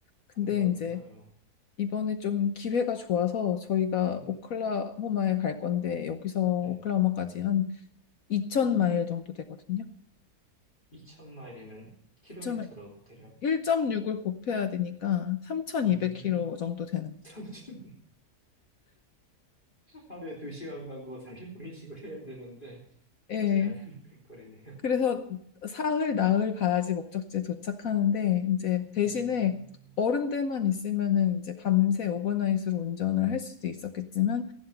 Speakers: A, on the left (about 65°); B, on the left (about 30°).
A: 근데
B: 그러니까요.
A: 이제 이번에 좀 기회가 좋아서 저희가
B: 네.
A: 오클라호마에 갈 건데 여기서 오클라호마까지
B: 네.
A: 한 2,000마일 정도 되거든요.
B: 2천 마일이면 킬로미터로
A: 이천
B: 대략
A: 1.6을 곱해야 되니까 3,200km
B: 음,
A: 정도
B: <laughs>
A: 되는 거죠.
B: 참좋 하루에 2시간 가고 40분씩 쉬고 해야 되는데 쉽지
A: 예.
B: 않은 <laughs> 거리네요.
A: 그래서 사흘, 나흘 가야지 목적지에 도착하는데 이제
B: 음.
A: 대신에 어른들만 있으면은 이제 밤새 오버나잇으로 운전을 할 수도 있었겠지만